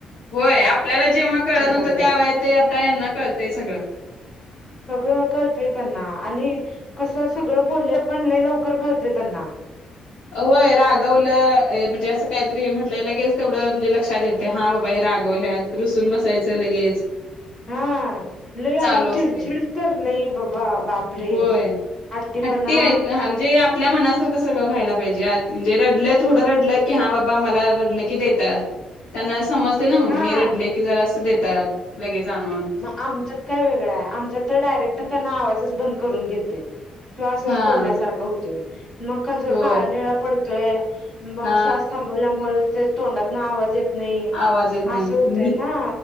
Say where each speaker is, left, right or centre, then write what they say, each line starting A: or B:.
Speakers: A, on the left (about 80°); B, on the left (about 25°).
A: होय आपल्याला जेव्हा कळत नव्हतं
B: करतात
A: त्या वळेत आता यांना कळतय सगळं
B: सगळं करतय त्यांना आणि कसं सगळं पोलले पणले लवकर कळते त्यांना
A: होय रागवलं म्हणजे असं काहीतरी हे म्हटलंय लगेच तेवढं म्हणजे लक्षात येते हा बाबा हे रागवल्या रुसून बसायचं लगेच.
B: हा ल आणि
A: चालू
B: आणि
A: असते.
B: चिडचिड तर लई बाबा बापरे
A: होय.
B: हट्टीपणा
A: हट्टी आहेत हा म्हणजे आपल्या मनासार कसळं व्हायला पाहिजे म्हणजे रडलं थोडं रडलं की हा बाबा मला रडलं की देतात. त्यांना समजते ना मग
B: हा
A: मी रडले की जरा असं देतात लगेच आणून
B: मग आमच्यात काय वेगळां आहे आमच्या तर डायरेक्ट त्यांना आवाजच बंद करून घेते. श्वासच
A: हा
B: कोंडल्यासारखा होतोय मग कस
A: होय
B: काळ निळा पडतोय. मग
A: हा
B: श्वास थांबवल्यामुळे ते तोंडातून आवाज येत. नाही
A: आवाज येत नाही
B: असं होतय
A: भी
B: ना.